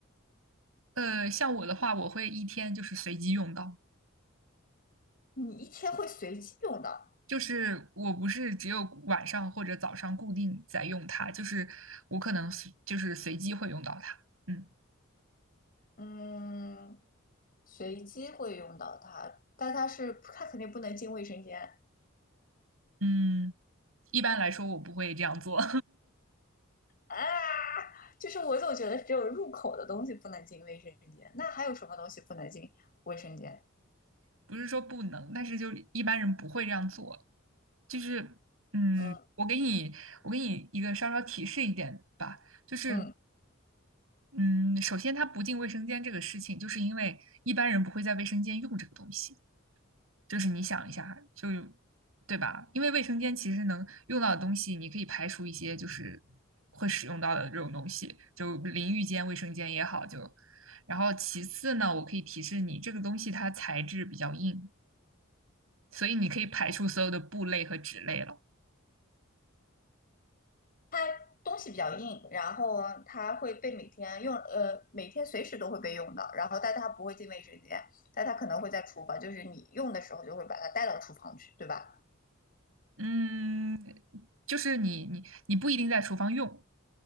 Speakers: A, on the right; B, on the left.
A: 呃，像我的话，我会一天就是随机用到，
B: 你一天会随机用到
A: 就是我不是只有晚上或者早上固定在用它，就是我可能随就是随机会用到它。嗯
B: 嗯，随机会用到它，但它是它肯定不能进卫生间
A: 嗯，一般来说我不会这样做，
B: 啊。就是我总觉得只有入口的东西不能进卫生间，那还有什么东西不能进卫生间？
A: <laughs> 不是说不能，但是就一般人不会这样做。就是，嗯，
B: 嗯
A: 我给你，我给你一个稍稍提示一点吧，就是，
B: 嗯，
A: 嗯，首先它不进卫生间这个事情，就是因为一般人不会在卫生间用这个东西，就是你想一下，就，对吧？因为卫生间其实能用到的东西，你可以排除一些就是会使用到的这种东西，就淋浴间、卫生间也好，就，然后其次呢，我可以提示你，这个东西它材质比较硬，所以你可以排除所有的布类和纸类了。
B: 它东西比较硬，然后它会被每天用，呃，每天随时都会被用到，然后但它不会进卫生间，但它可能会在厨房，就是你用的时候就会把它带到厨房去，对吧？
A: 嗯，就是你你你不一定在厨房用，